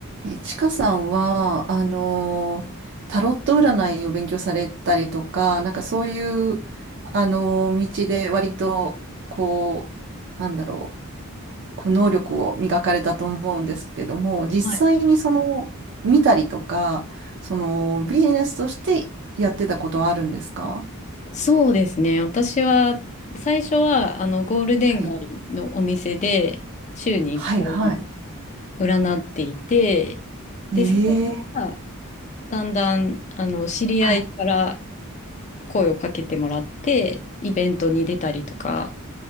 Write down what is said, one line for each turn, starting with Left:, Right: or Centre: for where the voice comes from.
Right: え、ちかさんは、あのータロット占いを勉強されたりとか、なんかそういう、あのー道で割と、こう、なんだろう、こう能力を磨かれたと思うんですけども、実際にその、
Left: はい、
Right: 見たりとか、その、ビジネスとしてやってたことはあるんですか
Left: そうですね。私は、最初は、あの、ゴールデン街のお店で、
Right: はい。
Left: 週に1回
Right: はい、はい。
Left: 占っていて、で、
Right: ええ
Left: そこから、だんだん、あの、知り合いから
Right: はい。
Left: 声をかけてもらって、イベントに出たりとか